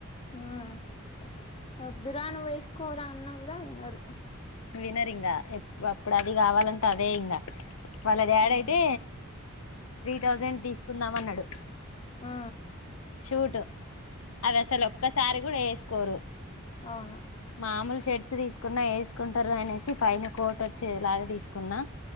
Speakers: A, on the left (about 25°); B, on the left (about 75°).
A: ఉమ్ వద్దురా నువ్ వేసుకోవురా అన్న కూడా వినరు
B: వినర్ ఇంకా ఎప్ అప్పుడు అది కావాలంటే అదే ఇంకా వాళ్ళ డాడి
A: ఉమ్
B: అయితే త్రీ థౌజండ్ తీసుకుందాం అన్నాడు
A: ఆ
B: షూట్ అది అసలు ఒక్కసారి కూడా వేసుకోరు
A: అవును
B: మామూలు షెడ్స్ తీసుకున్నా వేసుకుంటారు అనేసి పైన కోట్ వచ్చేలాగా తీసుకున్నా